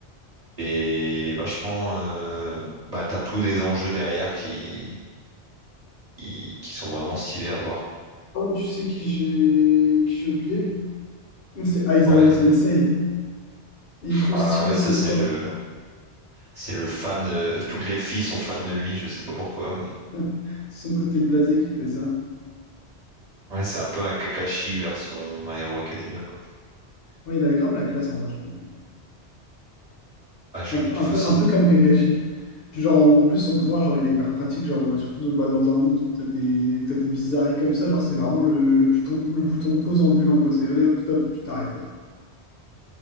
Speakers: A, on the right; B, on the left.
A: et il est vachement. euh, Bah, t'as tous des enjeux derrière qui... qui qui sont vraiment stylés à voir. quoi.
B: Oh, tu sais qui j'ai qui j'ai oublié? C'est Aizawa
A: Ouais.
B: Sensei. Il est trop
A: Ah
B: stylé,
A: ouais, ça
B: ce prof.
A: c'est le c'est le fan. euh, Toutes les filles sont fans de lui. Je sais pas pourquoi, mais
B: <laughs> C'est son côté blasé qui fait ça.
A: ouais, c'est un peu un Kakashi version My Hero Academia. Quoi.
B: Ouais, il a grave la classe, en vrai, je trouve.
A: Ah, je
B: Un
A: veux
B: peu,
A: que tu
B: un peu,
A: aussi.
B: un peu comme Kakashi. Puis genre, en en plus, son pouvoir, genre, il est hyper pratique, genre, euh, surtout bah, dans un monde où t'as des, où t'as des bizarreries comme ça, genre, c'est vraiment le, le bouton, le bouton pause ambulant, quoi. C'est allez, hop, stop, tu t'arrêtes.